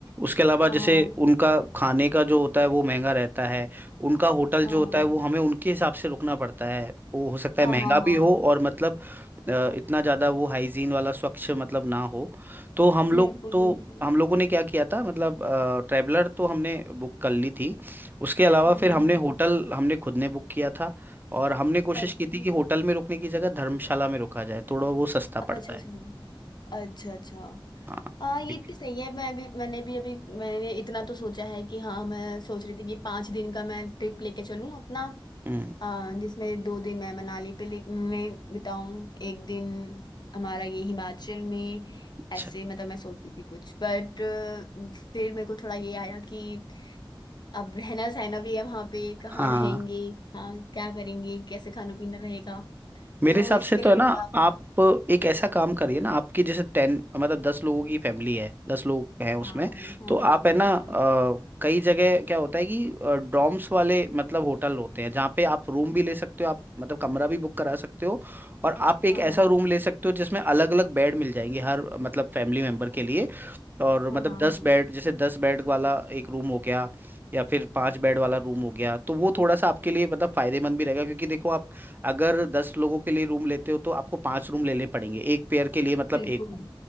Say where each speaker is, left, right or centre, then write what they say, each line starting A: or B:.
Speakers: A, on the right; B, on the left.
A: उसके अलावा
B: हाँ
A: जैसे उनका खाने का जो होता है वो महंगा रहता है उनका होटल
B: हाँ
A: जो होता है वो हमें उनके हिसाब से रुकना पड़ता है वो हो सकता है
B: हाँ
A: महंगा
B: हाँ हाँ
A: भी हो और मतलब अ, इतना ज़्यादा वो हाइजीन वाला स्वच्छ मतलब ना हो तो हम लोग
B: बिल्कुल
A: तो
B: बिल्कुल
A: हम लोगों ने क्या किया था मतलब ट्रैवलर तो हमने बुक कर ली थी उसके अलावा
B: हम्म
A: फिर हमने होटल हमने खुद ने बुक किया था और हमने कोशिश
B: अच्छा
A: की थी कि होटल में रुकने की जगह धर्मशाला में रुका जाए थोड़ा वो सस्ता पड़ता
B: अच्छा
A: है
B: अच्छा अच्छा अच्छा
A: हाँ
B: हाँ ये
A: ठीक
B: भी सही है मैं भी मैंने भी अभी मैंने इतना तो सोचा है कि हाँ मैं सोच रही थी कि पाँच दिन का मैं ट्रिप लेके चलूँ अपना
A: है। हम्म,
B: आ, जिसमें दो दिन मैं मनाली पे ले- में बिताऊँ एक दिन हमारा ये हिमाचल में
A: अच्छा
B: ऐसे मतलब मैं सोच रही थी कुछ बट फिर मेरे को थोड़ा ये आया कि अब रहना सहना भी है वहाँ पे कहाँ
A: हाँ
B: रहेंगे हाँ क्या करेंगे कैसे खाना पीना रहेगा
A: मेरे
B: तो
A: हिसाब
B: इसके
A: से तो
B: लिए
A: है ना
B: थोड़ा
A: आप एक ऐसा काम करिए ना आपकी जैसे टेन मतलब दस लोगों की फैमिली है दस लोग हैं उसमें
B: हाँ हाँ
A: तो
B: हाँ
A: आप है ना
B: हाँ
A: अ, कई जगह क्या होता है कि डॉर्म्स वाले मतलब होटल होते हैं जहाँ पे आप रूम भी ले सकते हो आप मतलब कमरा भी बुक करा सकते हो और आप एक
B: हाँ हाँ
A: ऐसा रूम ले सकते हो जिसमें अलग अलग बेड मिल जाएंगे हर मतलब फैमिली मेंबर के लिए और
B: हाँ
A: मतलब
B: हाँ
A: दस
B: हाँ
A: बेड जैसे दस बेड वाला एक रूम हो गया या फिर पांच बेड वाला रूम हो गया तो वो थोड़ा सा आपके लिए मतलब फायदेमंद भी रहेगा क्योंकि देखो आप अगर दस लोगों के लिए रूम लेते हो तो आपको पांच रूम लेने पड़ेंगे एक पेयर के लिए मतलब
B: बिल्कुल
A: एक रूम